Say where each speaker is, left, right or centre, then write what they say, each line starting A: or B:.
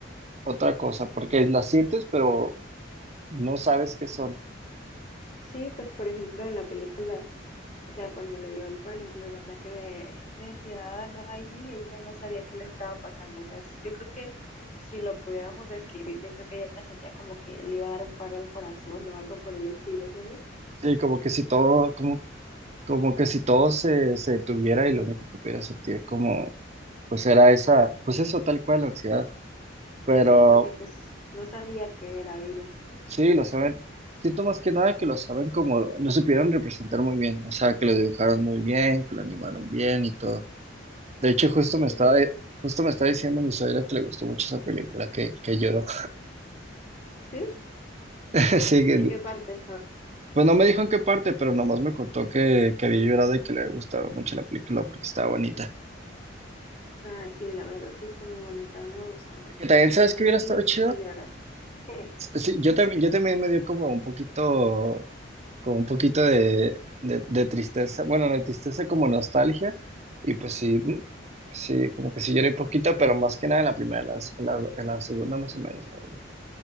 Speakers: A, on the right; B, on the left.
A: otra cosa, porque las sientes, pero no sabes qué son.
B: Sí, pues por ejemplo en la película, o sea, cuando le dio, el, por ejemplo, el ataque de, de ansiedad a Riley, ella no sabía qué le estaba pasando. O sea, es- yo creo que si lo pudiéramos describir, yo creo que ella sentía como que le iba a dar un paro al corazón o algo por el estilo, ¿sabes?
A: Sí, como que si todo, como Como que si todo se, se detuviera y lo único que pudiera sentir como, pues era esa, pues eso tal cual, ansiedad. Pero
B: Sí, porque pues no sabía qué era ella.
A: sí, lo saben, siento más que nada que lo saben como, lo supieron representar muy bien, o sea, que lo dibujaron muy bien, que lo animaron bien y todo. De hecho, justo
B: Sí,
A: me estaba,
B: me...
A: justo me estaba diciendo mi suegra que le gustó mucho esa película, que, que lloró.
B: ¿Sí?
A: <laughs> sí que,
B: ¿En qué parte?
A: pues no me dijo en qué parte, pero nomás me contó que, que había llorado y que le había gustado mucho la película porque estaba bonita.
B: Ay, sí, la verdad, sí está muy bonita. A mí me gustó mucho.
A: Que también sabes
B: Yo
A: que hubiera
B: también
A: estado
B: me
A: chido
B: hizo llorar. ¿Qué?
A: Sí, yo también, yo también me dio como un poquito, como un poquito de, de, de tristeza, bueno, de tristeza como nostalgia, y pues sí, mm, sí, como que sí lloré poquito, pero más que nada en la primera, en la, en la, en la segunda más o menos, la verdad.